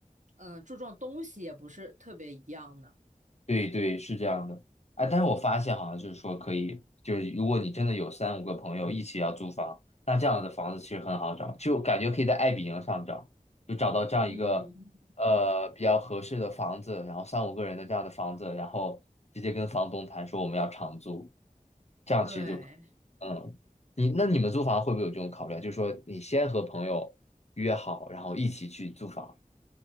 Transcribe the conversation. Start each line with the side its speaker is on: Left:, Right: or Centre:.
Right: 嗯、呃注重东西也不是特别一样的。
Left: 对对，是这样的。哎，但是我发现好像就是说可以，就是如果你真的有三五个朋友一起要租房，那这样的房子其实很好找，就感觉可以在爱彼迎上找，就找到这样一个呃比较合适的房子，
Right: 嗯，
Left: 然后三五个人的这样的房子，然后直接跟房东谈说我们要长租，这样其实就
Right: 对，
Left: 嗯，你那你们租房会不会有这种考虑啊？就是说你先和朋友约好，然后一起去租房。